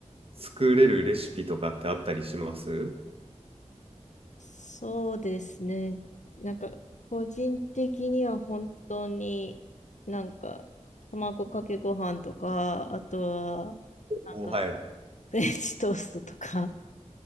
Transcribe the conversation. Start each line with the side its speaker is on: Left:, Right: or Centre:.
Right: 作れるレシピとかってあったりします
Left: そうですね。なんか個人的には本当になんか卵かけご飯とか、あとはなんか
Right: お、おはい。
Left: フレンチトーストとか。<laughs>